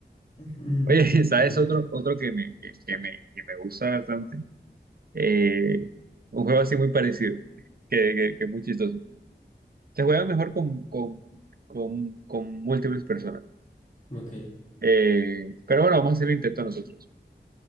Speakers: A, on the left (about 40°); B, on the right (about 55°).
A: Ujú.
B: Oye, <laughs> ¿sabes
A: Ok,
B: otro, otro que me, que, que me, que me gusta bastante? Eh, un juego así muy parecido, que, que, que es muy chistoso. Se juega mejor con, con, con, con múltiples personas.
A: ok.
B: Eh, pero bueno, vamos a hacer el intento nosotros.